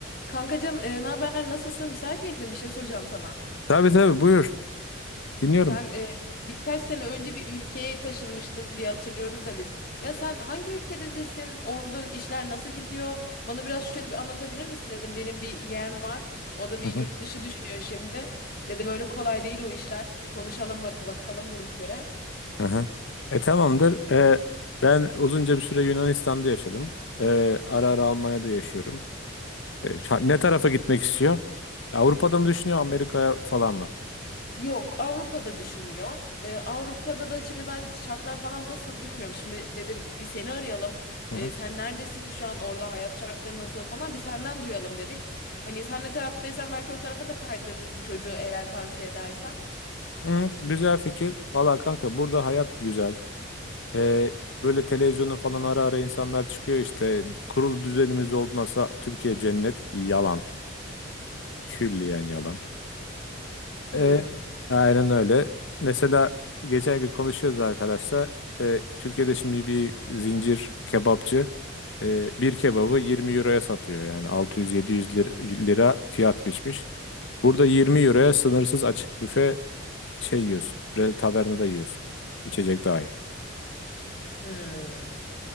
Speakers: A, on the left; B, on the left.
A: Kankacığım, e, ne haber? Nasılsın? Müsait miydin? Bir şey soracağım sana.
B: Tabii tabii buyur. Dinliyorum.
A: Sen e, birkaç sene önce bir ülkeye taşınmıştın diye hatırlıyoruz da biz. Ya sen hangi ülkedesin? Orada işler nasıl gidiyor? Bana biraz şöyle bir anlatabilir misin dedim. Benim bir yeğen var. O da bir
B: Hı hı.
A: yurt dışı düşünüyor şimdi. Dedim öyle kolay değil o işler. Bir konuşalım ba- bakalım duruma göre.
B: Hı hı. E tamamdır. E, ben uzunca bir süre Yunanistan'da yaşadım. E, ara ara Almanya'da yaşıyorum. E, ha- ne tarafa gitmek istiyor? Avrupa'da mı düşünüyor, Amerika'ya falan mı?
A: Yok Avrupa'da düşünüyor. Ee, Avrupa'da da şimdi ben şartlar falan nasıl bilmiyorum. Şimdi dedim bir seni arayalım.
B: Hı
A: Ee,
B: hı.
A: sen neredesin şu an orada hayat şartları nasıl falan bir senden duyalım dedik. Hani sen de taraftaysan belki o tarafa da kaydırırız bu çocuğu eğer tavsiye edersen.
B: Hı, güzel fikir. Valla kanka burada hayat güzel. E, böyle televizyona falan ara ara insanlar çıkıyor işte. Kurul düzenimiz olmasa Türkiye cennet. Yalan. Külliyen yalan.
A: Hmm.
B: E, aynen öyle. Mesela geçen gün konuşuyoruz arkadaşlar. E, Türkiye'de şimdi bir zincir kebapçı e, bir kebabı 20 euroya satıyor. Yani 600-700 lir- lira fiyat biçmiş. Burada 20 euroya sınırsız açık büfe şey yiyorsun. re- Tavernada yiyorsun. İçecek dahil.
A: Hmm.